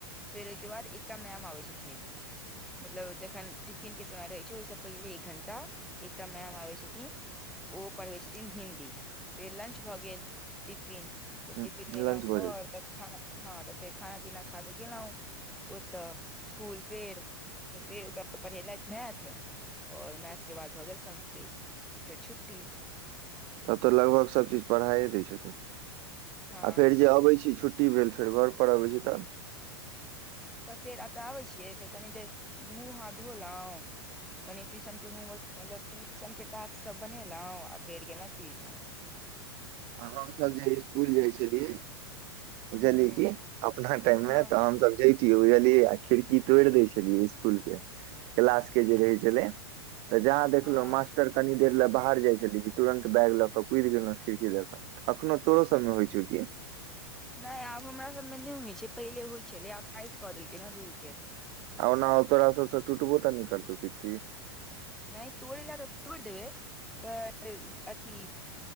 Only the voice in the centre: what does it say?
फेर ओइके बाद एकटा मेम आबै छथिन मतलब जखन टिफिनके समय रहै छै ओइसँ पहिने एक घण्टा एकटा मैम आबै छथिन ओ पढ़बै छथिन हिन्दी फेर लंच भऽ गेल टिपिन फेर
टिपिनमे एलौं
हँ तखन हँ त फेर खाना पीना खा क गेलौं ओतय इस्कुल फेर तऽ फेर ओतय पढ़ेलथि मैथ आओर मैथके बाद भऽ गेल संस्कृत फेर छुट्टी
हँ
तऽ फेर एतऽ आबै छियै फेर कनी देर ई मूँह हाथ धोलौं कनि ट्यूशनके होमवर्क मतलब ट्यूशनके टास्कसब बनेलाउ आ फेर गेलौं ट्यूशन
हूँ
हँ
हँ
नै आब हमरा सबमे नै होइ छै पहिले होइ छलै आब टाइट कऽ देलकै ने रूल के
नै तोड़ै लए तऽ तोड़ि देबै पर अथी